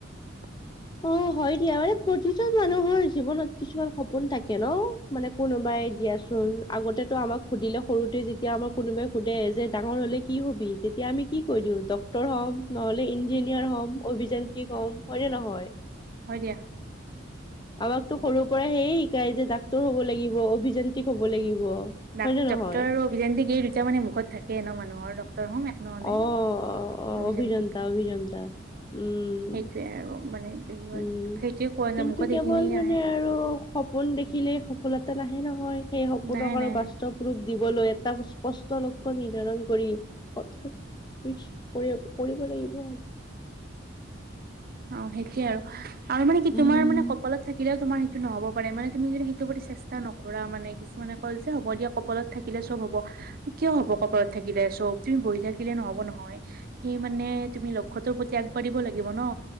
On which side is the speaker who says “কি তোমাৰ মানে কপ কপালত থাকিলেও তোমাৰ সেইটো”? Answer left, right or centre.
Right